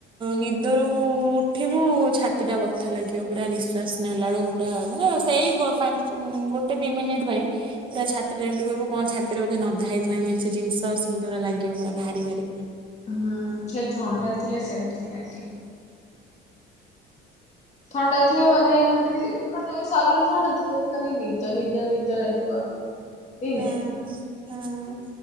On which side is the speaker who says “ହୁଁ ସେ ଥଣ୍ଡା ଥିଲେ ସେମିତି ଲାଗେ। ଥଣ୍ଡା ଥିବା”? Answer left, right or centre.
Left